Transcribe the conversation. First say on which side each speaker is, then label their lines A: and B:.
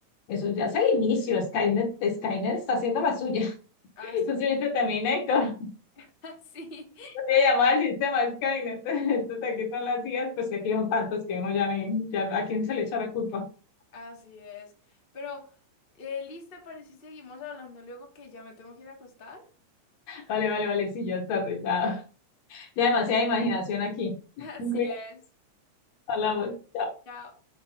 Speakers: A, on the left; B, on the left.
A: eso ya es el inicio. Skynet, Skynet está haciendo la suya.
B: así,
A: <laughs> Entonces, viste, Terminator.
B: <laughs> así,
A: Voy a llamar al sistema Skynet. <laughs> Entonces aquí son las sillas, pues que aquí son tantos que uno ya ni, ya a quién se le echa la culpa.
B: así es. Pero, eh, ¿lista? Parece que seguimos hablando luego que ya me tengo que ir a acostar.
A: Vale, vale, vale, sí, ya está, ya, ya demasiada imaginación aquí. <laughs>
B: Así
A: Cuídate,
B: es.
A: hablamos. Chao.
B: Chao.